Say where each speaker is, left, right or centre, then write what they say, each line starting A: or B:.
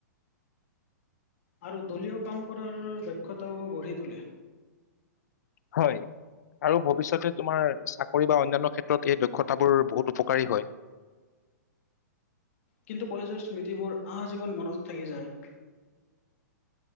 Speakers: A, on the left; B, on the left.
A: আৰু দলীয় কাম কৰাৰ দক্ষতাও গঢ়ি তোলে।
B: হয়। আৰু ভৱিষ্যতে তোমাৰ চাকৰি বা অন্যান্য ক্ষেত্ৰত এই দক্ষতাবোৰ বহুত উপকাৰী হয়।
A: কিন্তু কলেজৰ স্মৃতিবোৰ আজীৱন মনত থাকি যায়।